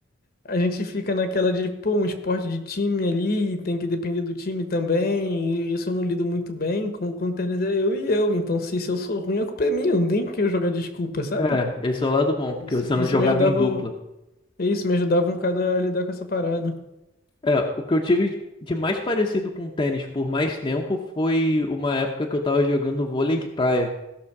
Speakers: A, on the left; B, on the left.
A: a gente fica naquela de, pô, um esporte de time ali, tem que depender do time também. E isso eu não lido muito bem. Com, com o tênis é eu e eu. Então, se, se eu sou ruim, a culpa é minha. Não tem que eu jogar desculpa, sabe?
B: É, esse é o lado bom, porque
A: Isso,
B: você
A: isso
B: não jogava
A: me ajudava.
B: em dupla.
A: É isso, me ajudava um bocado a lidar com essa parada.
B: É, o que eu tive de mais parecido com tênis por mais tempo foi uma época que eu tava jogando vôlei de praia.